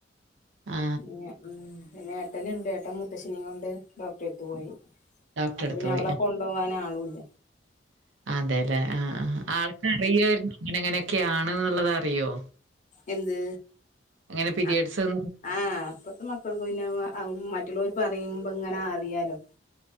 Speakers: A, on the right; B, on the left.
A: ആ
B: ഉ ഉം പിന്നെ ഏട്ടനുണ്ട് ഏട്ടൻ മുത്തശ്ശിനിയും കൊണ്ട് ഡോക്ടറെ എത്തു പോയി
A: ഡോക്ടറെ
B: അപ്പൊ
A: അടുത്ത്
B: പിന്നെ
A: പോയി
B: അവളെ കൊ പോവാന ആളൂല്ല
A: ആ, അതെല്ലേ ആഹ ആഹ ആൾക്ക അറിയമായിരുന്നു അങ്ങനെ അങ്ങനെയൊക്കെയ ആണന്നുള്ളത് അറിയോ
B: എന്ത്
A: അങ്ങനെ പീരിയഡ്സ്
B: അഹ ആഹ അപ്പത്തെ മ മറ്റുള്ളവർക്ക് പറയുമ്പോ ഇങ്ങനെ അറിയാലോ